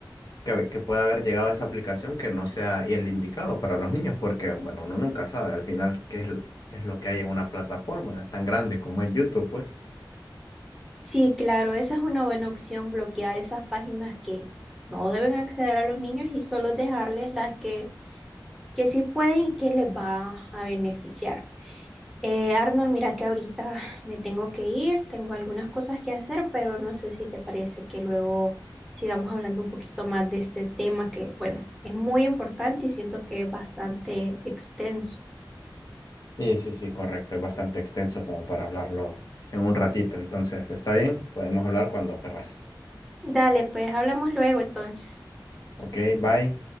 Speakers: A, on the left; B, in the centre.
A: que, que pueda haber llegado a esa aplicación que no sea el indicado para los niños, porque, bueno, uno nunca sabe al final qué es, lo- qué es lo que hay en una plataforma tan grande como es YouTube, pues.
B: Sí, claro, esa es una buena opción, bloquear esas páginas que no deben acceder a los niños y solo dejarles las que, que sí pueden y que les va a beneficiar. Eh, Arnold, mira que ahorita me tengo que ir, tengo algunas cosas que hacer, pero no sé si te parece que luego sigamos hablando un poquito más de este tema que, bueno, es muy importante y siento que es bastante extenso.
A: Sí, sí, sí, correcto. Es bastante extenso como para hablarlo en un ratito. Entonces, está bien, podemos hablar cuando querrás.
B: Dale, pues hablamos luego entonces.
A: Ok, bye.